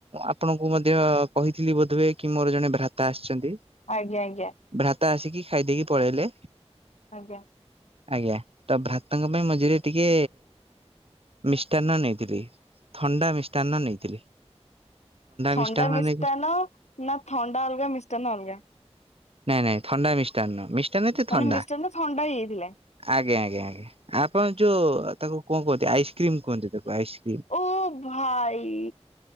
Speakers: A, on the right (about 55°); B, on the left (about 80°).
A: ଆପଣଙ୍କୁ ମଧ୍ୟ କହିଥିଲି ବୋଧହୁଏ କି ମୋର ଜଣେ ଭ୍ରାତା ଆସିଛନ୍ତି।
B: ଆଜ୍ଞା ଆଜ୍ଞା।
A: ଭ୍ରାତା ଆସିକି ଖାଇଦେଇକି ପଳେଇଲେ।
B: ଆଜ୍ଞା।
A: ଆଜ୍ଞା ତ ଭ୍ରାତାଙ୍କ ପାଇଁ ମଝିରେ ଟିକେ ମିଷ୍ଟାନ୍ନ ନେଇଥିଲି ଥଣ୍ଡା ମିଷ୍ଟାନ୍ନ ନେଇଥିଲି।
B: ଥଣ୍ଡା
A: ମିଷ୍ଟାନ୍ନ
B: ମିଷ୍ଟାନ
A: ନେଇ
B: ନା ଥଣ୍ଡା ଅଲଗା ମିଷ୍ଟାନ ଅଲଗା।
A: ନାଇଁ ନାଇଁ ଥଣ୍ଡା ମିଷ୍ଟାନ୍ନ ମିଷ୍ଟାନ୍ ଉଇଥ
B: ମାନେ
A: ଥଣ୍ଡା।
B: ମିଷ୍ଟାନ ଥଣ୍ଡା ହେଇଯାଇଥିଲା।
A: ଆଜ୍ଞା ଆଜ୍ଞା ଆଜ୍ଞା ଆପଣ ଯୋଉ ତାକୁ କଣ କୁହନ୍ତି ଆଇସ୍କ୍ରିମ୍ କୁହନ୍ତି ତାକୁ ଆଇସ୍କ୍ରି
B: ଓ ଭାଇ